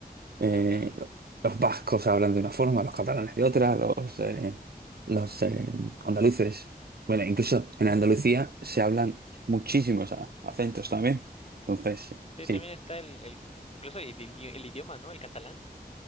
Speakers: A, on the right; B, on the left.
A: eh,
B: También, ah,
A: los vascos hablan de una forma, los catalanes de otra, los, eh, los eh, andaluces. Bueno, incluso en Andalucía se hablan muchísimos a- acentos también. Entonces,
B: sí,
A: sí,
B: también está el, el incluso el, idi- el idioma, ¿no? El catalán,